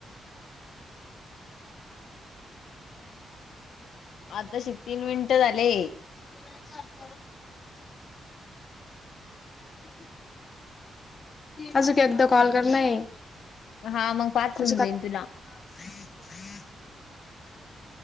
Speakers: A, on the left (about 35°); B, on the left (about 80°).
A: <unintelligible>
B: आताशी तीन मिनटं झाले.
A: <unintelligible> अजून एकदा कॉल करणा आहे,
B: हा मग पाच
A: अजू
B: होऊन
A: का
B: जाईन
A: हम्म
B: तुला